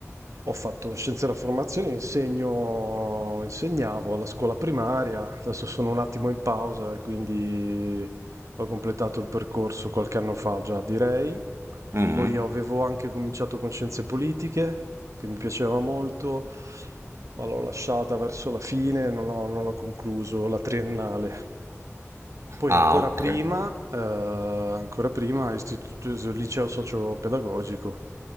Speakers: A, on the right; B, on the right.
A: Ho fatto scienze della formazione, insegno, insegnavo alla scuola primaria, adesso sono un attimo in pausa e quindi ho completato il percorso qualche anno fa già, direi.
B: Mhm.
A: Poi avevo anche cominciato con scienze politiche, che mi piaceva molto, ma l'ho lasciata verso la fine, non ho, non ho concluso la triennale. Poi
B: Ah,
A: ancora
B: ok.
A: prima, eh, ancora prima, istituto, liceo socio-pedagogico,